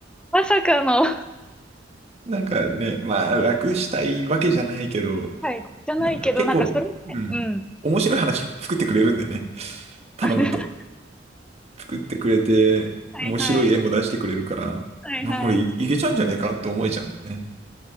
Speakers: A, in the centre; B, on the right.
A: まさかの、
B: なんかね、まあ、楽したいわけじゃないけど、
A: はい、じゃないけど、
B: なんだろう、結構、
A: なんかそれで、
B: うん。
A: うん。
B: 面白い話作ってくれるんだよね。頼むと。
A: <laughs>
B: 作ってくれて、
A: はいはい。
B: 面白い絵も出してくれるから、
A: はいはい。
B: なんかこれい、いけちゃうんじゃねえかって思えちゃうんだよね。